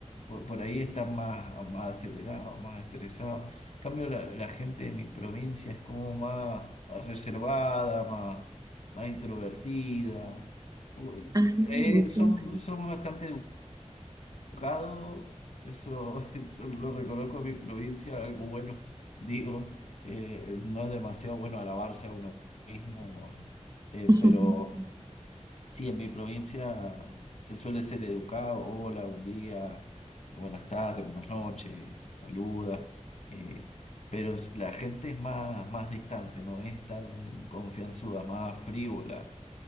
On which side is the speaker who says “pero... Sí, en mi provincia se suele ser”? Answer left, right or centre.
Left